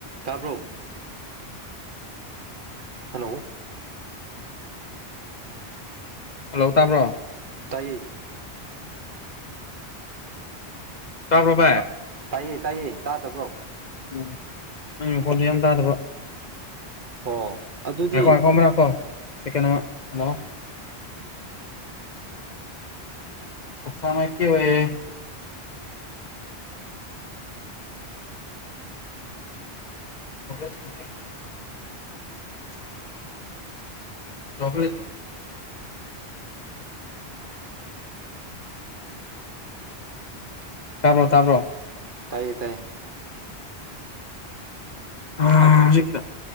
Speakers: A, on the right; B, on the left.
A: ꯇꯄꯣ ꯍꯜꯂꯣ
B: ꯍꯂꯧꯕ ꯇꯥꯕ꯭ꯔꯣ
A: ꯇꯥꯏꯏ
B: ꯇꯥꯕ꯭ꯔꯣ ꯚꯥꯏ
A: ꯑ ꯇꯥꯏꯌꯦ ꯇꯥꯏꯌꯦ ꯇꯥꯗꯕ꯭ꯔꯣ
B: ꯎꯝ ꯑꯩ ꯃꯈꯣꯜꯁꯨ ꯌꯥꯝ ꯇꯥꯗꯕ
A: ꯑꯣ ꯑꯗꯨꯗꯤ
B: ꯉꯥꯏꯈꯣ ꯉꯥꯏꯈꯣ ꯑꯃ ꯂꯥꯛꯀꯣ ꯁꯦꯀꯦꯟ ꯑꯃ ꯍꯜꯂꯣ
A: ꯎ
B: ꯀꯁꯥꯉꯥꯏ ꯀ ꯑꯣꯏꯌꯦꯦ ꯂꯇꯦ ꯆꯠ ꯐ ꯆꯀꯂꯦꯇꯣ ꯇꯥꯔ꯭ꯔꯣ ꯇꯥ꯭ꯔꯣ
A: ꯇꯥꯏꯌꯦ ꯇꯥꯏꯌꯦ
B: ꯍꯧꯖꯤꯛꯇ
A: ꯑꯗꯨꯗꯤ